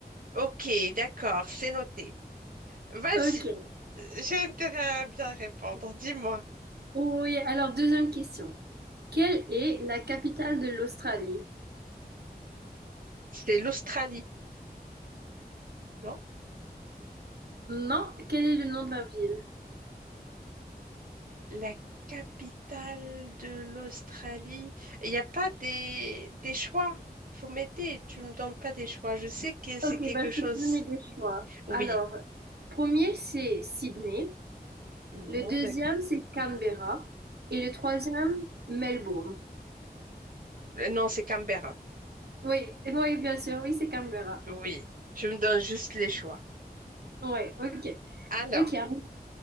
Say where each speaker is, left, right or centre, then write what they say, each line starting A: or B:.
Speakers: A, on the right (about 55°); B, on the right (about 80°).
A: Ok, d'accord, c'est noté. Vas-y,
B: Ok.
A: j'ai intérêt à bien répondre. Dis-moi,
B: Oui, alors deuxième question. Quelle est la capitale de l'Australie?
A: c'était l'Australie, non?
B: Non, quel est le nom de la ville?
A: La capitale de l'Australie. Il n'y a pas des, des choix. Faut m'aider. Tu me donnes pas des choix. Je sais que c'est
B: Ok,
A: quelque
B: bah, je
A: chose.
B: peux te donner des choix.
A: Oui.
B: Alors, premier, c'est Sydney.
A: Non,
B: Le deuxième,
A: d'accord.
B: c'est Canberra. Et le troisième, Melbourne.
A: Non, c'est Canberra.
B: Oui, oui, bien sûr, oui, c'est Canberra.
A: Oui. Tu me donnes juste les choix.
B: Ouais, ok.
A: Alors,
B: Ok. ah bon.